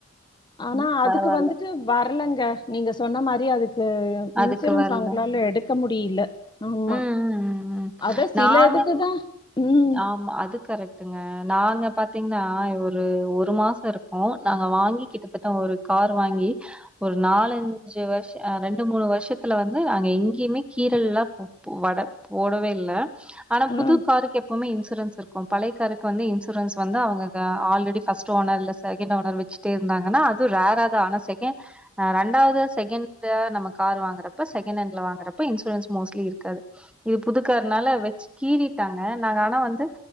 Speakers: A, on the left; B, in the centre.
A: ஆனா
B: ம்.
A: அதுக்கு
B: பரவால்ல.
A: வந்துட்டு வரலங்க நீங்க சொன்ன மாரி அதுக்கு இன்சூரன்ஸ்
B: அதுக்கு வரல.
A: அவுங்ளால எடுக்க முடில ஆமா
B: ம், ம், ம், ம்.
A: அதா சில
B: நாங்க
A: இதுக்குதா ம்
B: ஆமா அது கரெக்ட் இங்க நாங்க பாத்தீங்கனா ஒரு ஒரு மாசோ இருக்கோ நாங்க வாங்கி கிட்டத்தட்ட ஒரு கார் வாங்கி ஒரு நாலஞ்சு வருஷம் ரெண்டு மூணு வருஷத்துல வந்து நாங்க எங்கேயுமே கீரல்லா வட போடவே இல்ல ஆனா
A: அ.
B: புது காருக்கு எப்பவுமே இன்சூரன்ஸ் இருக் கு பழையக்காருக்கு வந்து இன்சூரன்ஸ் வந்து அவங்க ஆல்ரெடி ஃபர்ஸ்ட் ஓனர் இல்ல செகண்ட் ஓனர் வெச்சு இருந்தாங்கன்னா அது ரேராத ஆனா செகேண்ட் ரெண்டாவது செகண்ட்ஸ நம்ம கார் வாங்குறப்ப செகண்ட் ஹேண்ட்ல வாங்குறப்ப இன்சூரன்ஸ் மோஸ் ட்லி இருக்காது இது புதுக்கார்னால வெச்சு கீறிட்டாங்க நாங்க ஆனா வந்து